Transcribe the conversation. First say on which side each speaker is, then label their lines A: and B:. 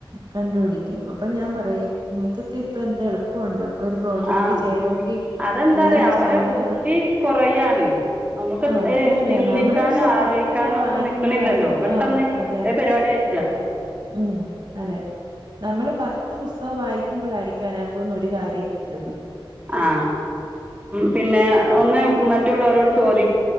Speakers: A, on the right; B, on the right.
A: കണ്ടുപിടിക്കും അപ്പൊ ഞാൻ പറയും നിനക്കൊക്കെ ഇപ്പ എന്ത് എളുപ്പമുണ്ട് ഒരു പ്രോജക്ട്
B: ആഹ്
A: ചെയ്യണമെങ്കി
B: അതെന്താറിയോ
A: അതിന്റെ
B: അവരെ
A: സാധനങ്ങള്
B: ബുദ്ധി കുറയാണേ നമുക്ക്
A: ആഹ് ബുദ്ധി പറയാ
B: ചിന്തിക്കാനോ
A: നമ്മള് പക്ഷെ
B: ആലോചിക്കാനോ
A: പത്തെണ്ണം
B: ഒന്നും
A: വായിക്കുമ്പളായിരിക്കും
B: നിക്കണില്ലല്ലോ പെട്ടെന്ന്
A: ആഹ് അതെ
B: വേഗം പരിപാടി കഴിക്ക
A: ഉം അതെ നമ്മള് പത്ത് പുസ്തകം വായിക്കുമ്പോളായിരിക്കും അതിനക ത്തൂന്ന് ഒരു കാര്യം കിട്ടുന്നത്
B: ആ പിന്നെ ഒന്ന് മ മറ്റുള്ളവരോട് ചോദി